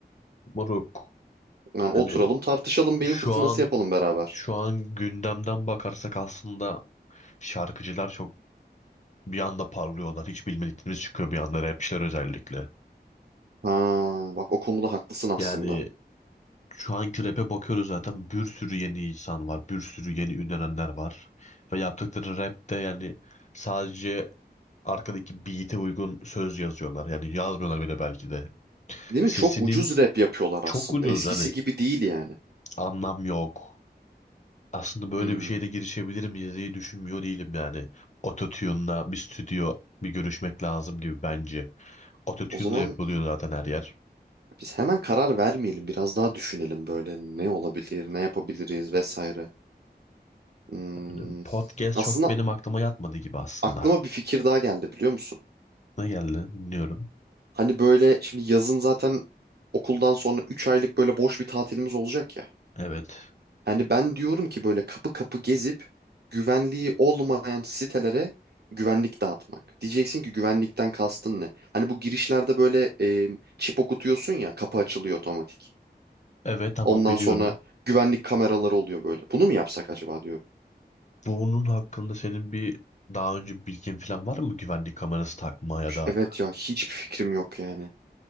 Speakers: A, on the left; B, on the right.
A: Moruk
B: Yani oturalım
A: hani
B: tartışalım beyin
A: şu
B: fırtınası
A: an
B: yapalım beraber.
A: şu an gündemden bakarsak aslında şarkıcılar çok Bir anda parlıyorlar. Hiç bilmediklerimiz çıkıyor bir anda rapçiler özellikle.
B: Ha, bak o konuda haklısın aslında.
A: Yani şu anki rap'e bakıyoruz zaten bir sürü yeni insan var. Bir sürü yeni ünlenenler var. Ve yaptıkları rap de yani sadece arkadaki beat'e uygun söz yazıyorlar. Yani yazmıyorlar bile belki de.
B: Değil mi?
A: Sesinin
B: Çok ucuz rap yapıyorlar aslında.
A: çok ucuz.
B: Eskisi
A: Hani
B: gibi değil yani.
A: anlam yok. Aslında böyle
B: Hmm.
A: bir şeyde girişebilir miyiz diye düşünmüyor değilim yani. Ototune'la bir stüdyo bir görüşmek lazım gibi bence. Ototune'la
B: O zaman
A: yapılıyor zaten her yer.
B: biz hemen karar vermeyelim. Biraz daha düşünelim böyle ne olabilir, ne yapabiliriz vesaire. Hmm,
A: Yani podcast
B: aslında
A: çok benim aklıma yatmadı gibi aslında.
B: aklıma bir fikir daha geldi biliyor musun?
A: Ne geldi? Dinliyorum.
B: Hani böyle şimdi yazın zaten okuldan sonra 3 aylık böyle boş bir tatilimiz olacak ya.
A: Evet.
B: Hani ben diyorum ki böyle kapı kapı gezip güvenliği olmayan sitelere güvenlik dağıtmak. Diyeceksin ki güvenlikten kastın ne? Hani bu girişlerde böyle e, çip okutuyorsun ya kapı açılıyor otomatik.
A: Evet tamam
B: Ondan
A: biliyorum.
B: sonra güvenlik kameraları oluyor böyle. Bunu mu yapsak acaba diyorum.
A: Bunun hakkında senin bir daha önce bilgin falan var mı güvenlik kamerası takma ya
B: Şu-
A: da
B: Evet ya hiçbir fikrim yok yani.